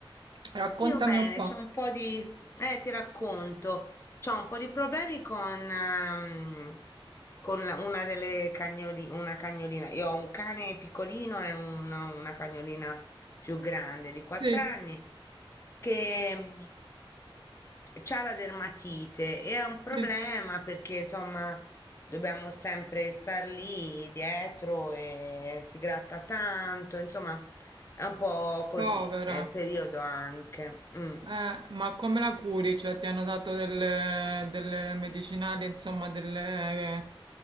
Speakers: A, on the right; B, on the left.
A: Raccontami
B: Io bene,
A: un po'.
B: c'ho un po' di... Eh, ti racconto, c'ho un po' di problemi con, ehm, con la- una delle cagnoli, una cagnolina. Io ho un cane piccolino e una, una cagnolina più grande di
A: Sì,
B: 4 anni che mm, c'ha la dermatite e è un
A: sì,
B: problema perché insomma dobbiamo sempre star lì dietro e si gratta tanto, insomma è un po' così,
A: povera.
B: è il periodo anche. mm.
A: Eh, ma come la curi? Cioè, ti hanno dato delle, delle medicinali, insomma, delle eh,